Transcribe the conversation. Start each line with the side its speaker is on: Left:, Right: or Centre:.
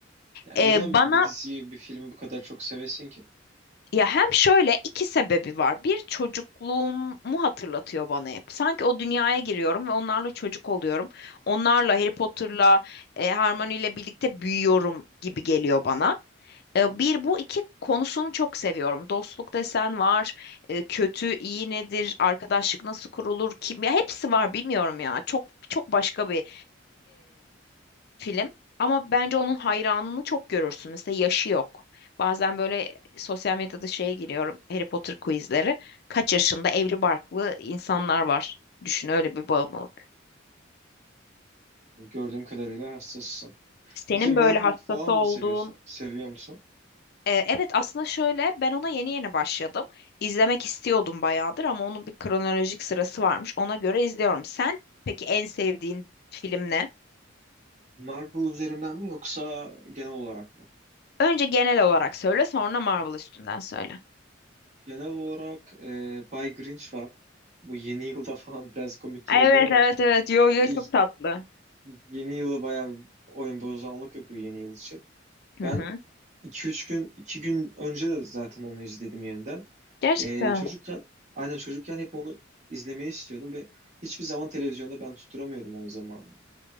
Right: Yani
Left: Ee,
Right: neden
Left: bana
Right: bir diziyi, bir filmi bu kadar çok sevesin ki?
Left: ya hem şöyle iki sebebi var. Bir çocukluğumu hatırlatıyor bana hep. Sanki o dünyaya giriyorum ve onlarla çocuk oluyorum. Onlarla Harry Potter'la e, Hermione ile birlikte büyüyorum gibi geliyor bana. Ee, bir bu iki konusunu çok seviyorum. Dostluk desen var, e, kötü iyi nedir, arkadaşlık nasıl kurulur, kim ya hepsi var bilmiyorum ya. Çok çok başka bir film. Ama bence onun hayranını çok görürsün. Mesela yaşı yok. Bazen böyle sosyal medyada şeye giriyorum. Harry Potter quizleri. Kaç yaşında evli barklı insanlar var. Düşün öyle bir bağımlılık.
Right: Gördüğüm kadarıyla hassasısın.
Left: Senin
Right: Peki Marvel
Left: böyle hastası
Right: falan
Left: olduğun
Right: mı seviyorsun? Seviyor musun?
Left: e, Evet aslında şöyle ben ona yeni yeni başladım. İzlemek istiyordum bayağıdır ama onun bir kronolojik sırası varmış. Ona göre izliyorum. Sen peki en sevdiğin film ne?
Right: Marvel üzerinden mi yoksa genel olarak mı?
Left: Önce genel olarak söyle sonra Marvel üstünden söyle.
Right: Genel olarak e, Bay Grinch var. Bu yeni <laughs> yılda falan biraz komik gelebilir
Left: Evet
Right: ama
Left: evet evet. Yo yo
Right: e,
Left: çok tatlı.
Right: yeni yıla bayağı oyun bozanlık yapıyor yeni yıl için.
Left: Hı
Right: Ben
Left: hı.
Right: iki üç gün, iki gün önce de zaten onu izledim yeniden.
Left: Gerçekten
Right: Ee, çocukken, aynen çocukken hep onu izlemeyi istiyordum ve hiçbir zaman televizyonda ben tutturamıyordum onun zamanını.